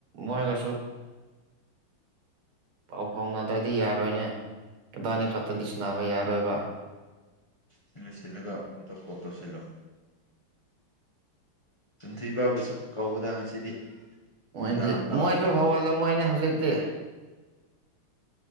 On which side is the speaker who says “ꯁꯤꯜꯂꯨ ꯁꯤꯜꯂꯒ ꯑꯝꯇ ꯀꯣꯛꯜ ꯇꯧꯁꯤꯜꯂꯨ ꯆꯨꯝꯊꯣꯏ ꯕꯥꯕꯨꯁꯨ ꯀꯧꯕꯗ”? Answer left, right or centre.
Left